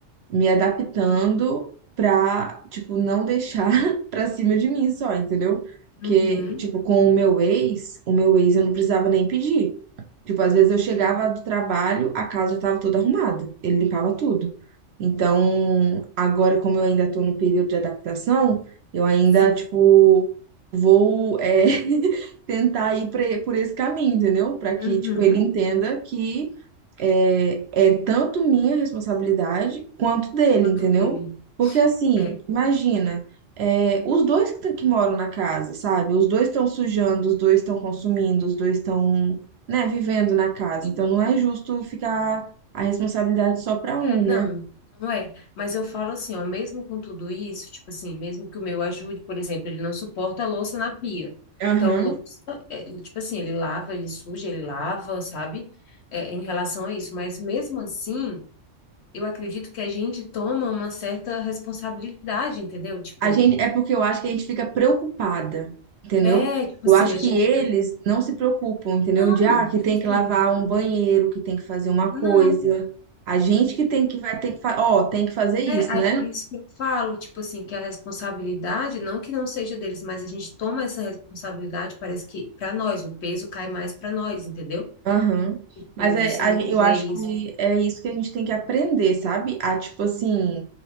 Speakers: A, on the right; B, on the left.
A: me adaptando pra, tipo, não deixar <laughs> pra cima de mim só, entendeu? Porque,
B: Uhum.
A: tipo, com o meu ex, o meu ex eu não precisava nem pedir. Tipo, às vezes eu chegava do trabalho, a casa já tava toda arrumada, ele limpava tudo. Então, agora, como eu ainda tô no período de adaptação, eu ainda,
B: Sim.
A: tipo, vou, é, <laughs> tentar ir pra- por esse caminho, entendeu? Pra que,
B: Uhum.
A: tipo, ele entenda que é, é tanto minha responsabilidade quanto dele,
B: Quanto
A: entendeu?
B: dele.
A: Porque assim,
B: É.
A: imagina, é, os dois que, tão- que moram na casa, sabe? Os dois estão sujando, os dois estão consumindo, os dois estão, né, vivendo na casa.
B: Sim,
A: Então não é justo ficar a responsabilidade só para um,
B: É, não,
A: né?
B: não é. Mas eu falo assim, ó, mesmo com tudo isso, tipo assim, mesmo que o meu ajude, por exemplo, ele não suporta a louça na pia.
A: Aham.
B: Então, louça, é, ele, tipo assim, ele lava, ele suja, ele lava, sabe? É, em relação a isso. Mas mesmo assim, eu acredito que a gente toma uma certa responsabilidade, entendeu? Tipo,
A: A gente, é porque eu acho que a gente fica preocupada, entendeu?
B: é, tipo
A: Eu
B: assim,
A: acho
B: a
A: que
B: gente.
A: eles não se preocupam, entendeu?
B: Não,
A: De, ah, que
B: tipo
A: tem
B: assim,
A: que lavar um banheiro, que tem que fazer uma
B: não.
A: coisa. A gente que tem que vai ter que, fa- ó, tem que fazer isso,
B: É, aí
A: né?
B: por isso que eu falo, tipo assim, que a responsabilidade, não que não seja deles, mas a gente toma essa responsabilidade, parece que para nós, o peso cai mais para nós, entendeu?
A: Aham.
B: Tipo,
A: Mas é,
B: se
A: a
B: não
A: gen-
B: fizer
A: eu acho
B: isso.
A: que é isso que a gente tem que aprender, sabe? A, tipo assim,